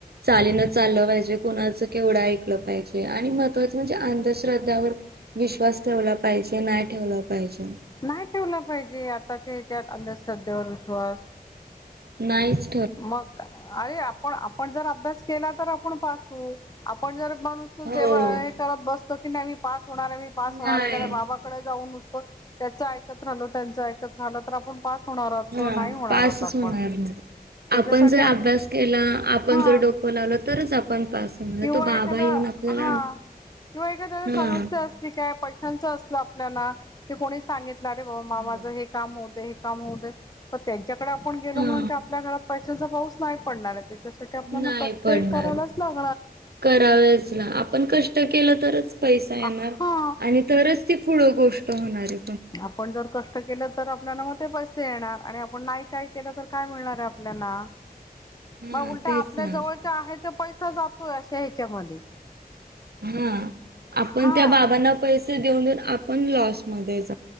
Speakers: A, on the right (about 80°); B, on the left (about 25°).
A: चालीन चाललं पाहिजे कोणाचं केवढं ऐकलं पाहिजे. महत्त्वाचा म्हणजे अंधश्रद्धावर विश्वास ठेवला पाहिजे नाही ठेवला. पाहिजे
B: नाही ठेवला पाहिजे आताच्या ह्याच्यात अंधश्रद्धेवर विश्वास.
A: नाहीईच.
B: मग अरे आपण आपण जर अभ्यास केला तर. ण पास आपण जर माणूस
A: हो
B: करत बसतो की नाही मी पास होणार मी पास होणार.
A: नाही
B: एखाद्या बाबाकडे जाऊन बघतो याचा एकत राहतो त्याचा ऐकत राहतो असं झालं तर आपण पास. होणारह
A: हा
B: नाही होणारहत
A: पासच
B: आपण.
A: होणार नाही
B: त्याच्यासाठी
A: आपण जर
B: आप
A: अभ्यास केला आपण
B: हा
A: जर डोकं लावल तरच आप. पण पासून
B: किंवा
A: तो बाबा
B: एखादा
A: येऊन आपल्याला
B: हा किंवा एखाद्याला
A: हा
B: समस्या असली काय पैशांच अस ल्या कोणी सांगितलंे बा मा
A: हो
B: माझ हे काम हो हे काम हो त्या्याकडे आपण गेलो
A: हा
B: म्हणून ते आपल्या घरात पैशांचा पाऊस नाही पडणार आहे ते त्यासाठी आपल्याना
A: नाही
B: कष्टही
A: पडणार
B: करायलाच लाग
A: करावेच ना आपण कष्ट केलं तरच पैसा येणार
B: हा
A: आणि तरच. ती पुढ गोष्ट होणारी.
B: आपण जर कष्ट केलं तर. आपल्या मग ते पैसे येणार आणि आपण नाही काय केलं तर काय मिळणार आहे आपल्याला.
A: हा
B: मग उलटा
A: तेच
B: आपल्या
A: ना
B: जवळच्या आहे ते पैसा जातोय अशा ह्याच्यामध्ये.
A: हा आपण
B: हा
A: त्या बाबांना पैसे देऊन देऊन आपण लॉसमध्येच.